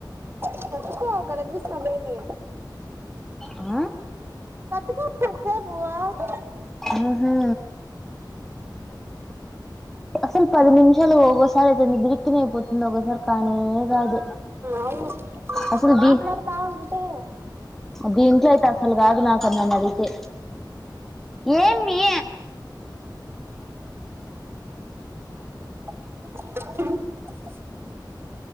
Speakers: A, on the right; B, in the centre.
A: చెప్పు <unintelligible> డేమి.
B: ఆ
A: <unintelligible>
B: ఆహా అసలు పది నిమిషాలు ఒగోసారి ఎంత బిరిగ్గిన అయిపోతుంది అసలు కానే కాదు
A: అవును
B: అసలు బి
A: మాట్లాడతా ఉంటే
B: దీ ఇంట్లో అయితే అసలు కాదు నాకు నన్ను అడిగితే ఏమి
A: హ